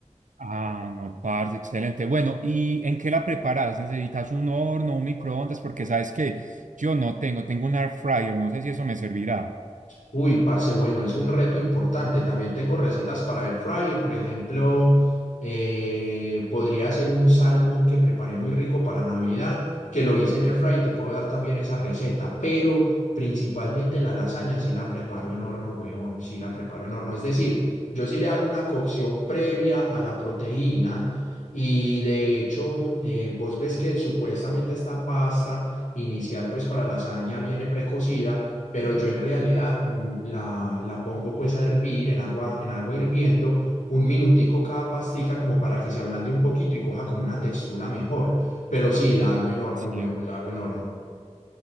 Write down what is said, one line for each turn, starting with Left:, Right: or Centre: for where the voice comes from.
Right: Ah, no, parce, excelente. Bueno, ¿y en qué la preparas? ¿Necesitas un horno, un microondas? Porque sabes que yo no tengo, tengo un air fryer, no sé si eso me servirá.
Left: Uy, parce, bueno, es un reto importante. También tengo recetas para air fry, por ejemplo, eh, podría hacer un salmón que preparé muy rico para Navidad, que lo hice en air fry, te puedo dar también esa receta, pero principalmente la lasaña sí la preparo en horno, huevón, sí la preparo en horno. Es decir, yo sí le hago una cocción previa a la proteína y de hecho, eh, vos ves que supuestamente esta pasta inicial pues para lasaña viene precocida pero yo en realidad mm, la, la pongo pues a hervir en agua, en agua hirviendo un minutico cada pastica como para que se ablande un poquito y coja como una textura mejor. Pero sí, la hago en horno,
Right: Sí.
Left: huevo, la hago en horno.